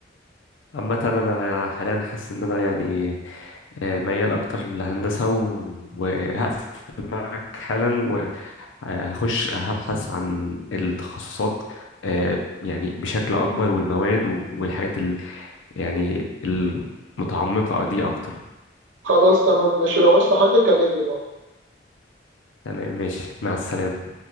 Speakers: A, on the left; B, on the right.
A: عامة أنا حاليا حاسس إن أنا يعني آه، ميال اكتر للهندسه و- وهقفل معك حالا وهخش هبحث عن التخصصات آه، يعني بشكل اكبر والمواد و- والحاجات ال يعني المتعمقه دي اكتر
B: خلاص تمام ماشي لو عايزت حاجه كلمني برضه
A: تمام ماشي مع السلامه